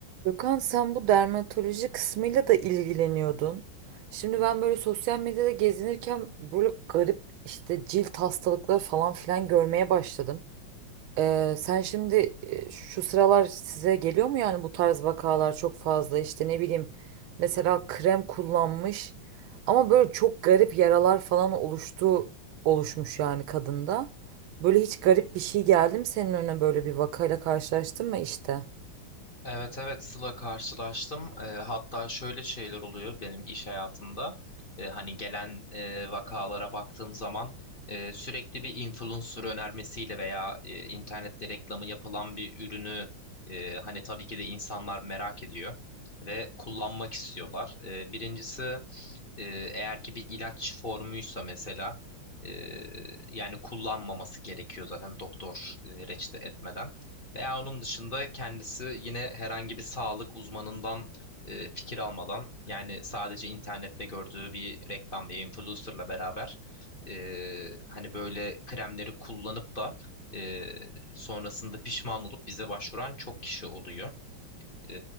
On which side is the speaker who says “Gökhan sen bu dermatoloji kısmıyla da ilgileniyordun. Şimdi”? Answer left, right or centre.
Right